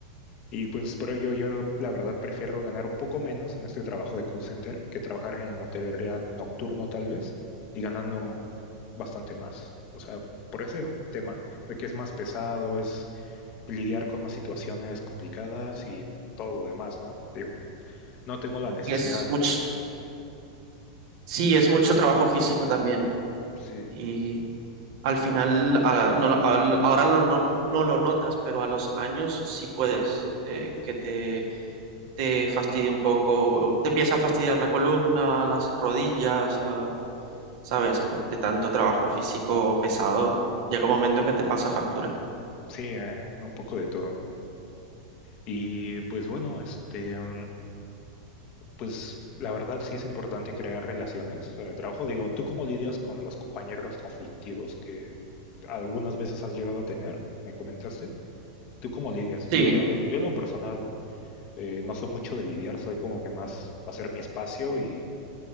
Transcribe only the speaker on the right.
Y es mucho, sí,
es mucho trabajo físico también.
Y Al final, a- no lo- al- ahora lo no, no lo notas, pero a los años sí puedes eh, que te, te fastidie un poco, te empieza a fastidiar la columna, las rodillas, la- ¿sabes? Por- De tanto trabajo físico pesado, llega un momento en que te pasa factura.
Sí,